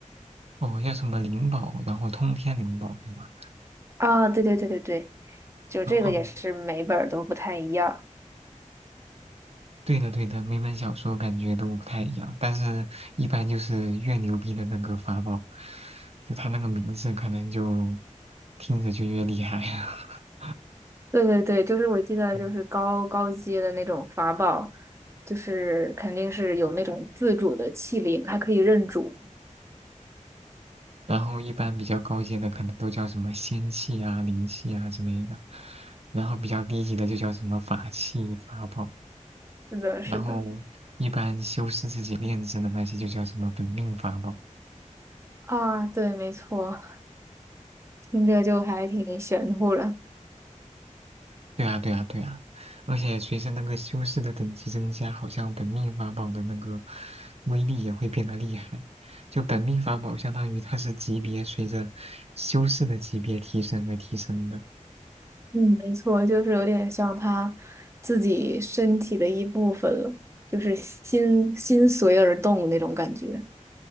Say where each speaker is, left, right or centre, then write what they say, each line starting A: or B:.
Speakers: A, on the right; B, on the right.
A: 哦，叫什么灵宝，然后通天灵宝，对吧？
B: 啊，对对对对对，就这个也是每本儿都不太一样。
A: 哦，对的，对的，每本小说感觉都不太一样，但是一般就是越牛逼的那个法宝，就他那个名字可能就听着就越厉害啊。<laughs>
B: 对对对，就是我记得就是高高阶的那种法宝，
A: 嗯
B: 就是肯定是有那种自主的器灵，还可以认主。
A: 然后一般比较高阶的可能都叫什么仙气啊、灵气啊之类的，然后比较低级的就叫什么法器、法宝，
B: 是的，是的。
A: 然后一般修饰自己炼制的那些就叫什么本命法宝。
B: 啊，对，没错，听着就还挺玄乎的。
A: 对啊，对啊，对啊，而且随着那个修士的等级增加，好像本命法宝的那个威力也会变得厉害。就本命法宝相当于它是级别随着修士的级别提升而提升的。
B: 嗯，没错，就是有点像他自己身体的一部分了，就是心心随而动那种感觉。